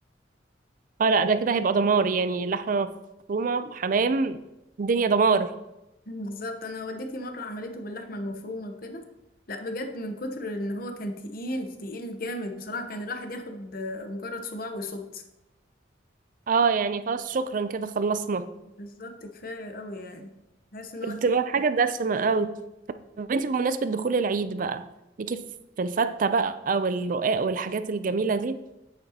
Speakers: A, on the right (about 45°); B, on the left (about 50°).
A: اه لا ده كده هيبقى دمار يعني لحمة مفرومة حمام الدنيا دمار
B: بالظبط انا والدتي مرة عملته باللحمة المفرومة وكده لا بجد من كتر ان هو كان تقيل تقيل جامد بصراحة كان الواحد ياخد آه، مجرد صباع ويصد
A: اه يعني خلاص شكرا كده خلصنا
B: بالظبط كفاية قوي يعني بحس ان هو
A: بتبقى
B: تقيل
A: الحاجة دسمة قوي طب انتي بمناسبة دخول العيد بقى ليكي في الفتة بقى والرقاق والحاجات الجميلة دي